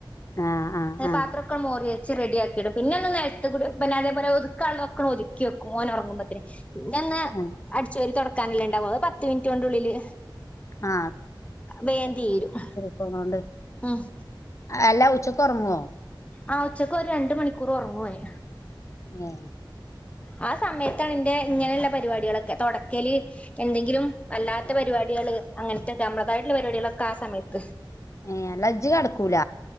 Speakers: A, on the left; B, on the left.
A: ആ ആ
B: ഏഹ്
A: ആ
B: പാത്രോക്കെണ്ട് മോറി വെ ച്ച് റെഡിയാക്കിയിടും പിന്നെ നെൽത്ത് കുടി പിന്നെ അതേപോലെ ഒതുക്കാള്ളതൊക്കെ ഒതുക്കി വെക്കും ഓന് ഒറങ്ങുമ്പത്തിന് പിന്നെ ഒന്ന്
A: ആ.
B: അടിചോരി തൊടക്കാനല്ലേണ്ടാവൂ അത് പ ത്ത് മിനിറ്റോണ്ടുള്ളില്
A: ആ
B: വേം തീരും
A: പോണോണ്ട്
B: ഉം
A: അല്ലാ ഉച്ചക്ക് ഒറങ്ങോ
B: ആഹ് ഉച്ചക്ക് ഒരു രണ്ട് മണിക്കൂർ ഒറങ്ങും ഓന്
A: ഏഹ്
B: ആഹ് സമയത്താണ് ഇന്റെ ഇങ്ങനെള്ള പരിപാട്യളൊക്കെ തൊടക്കല് എന്തെങ്കിലും അല്ലാത്ത പരിപാടികള് അങ്ങനത്തെ ഞമ്മളദായിട്ടുള്ള പരിപാടികളൊക്കെ ആസമയത്ത്
A: ഏഹ് അല്ല ഇജ്ജ് കടക്കൂല